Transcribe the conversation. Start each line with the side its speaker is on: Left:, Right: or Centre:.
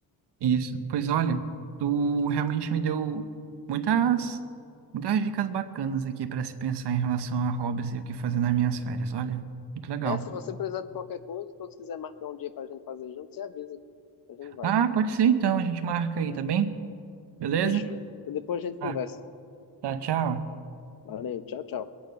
Right: Isso. Pois olha, tu realmente me deu muitas, muitas dicas bacanas aqui para se pensar em relação a hobbies e o que fazer nas minhas férias. Olha, muito legal.
Left: É, se você precisar de qualquer coisa, ou se quiser marcar um dia pra gente fazer junto, você avisa. A gente vai.
Right: Ah, pode ser então, a gente marca aí, tá bem? Beleza?
Left: Fechou. Depois a gente conversa.
Right: Ah, tá, tchau.
Left: Valeu, tchau, tchau.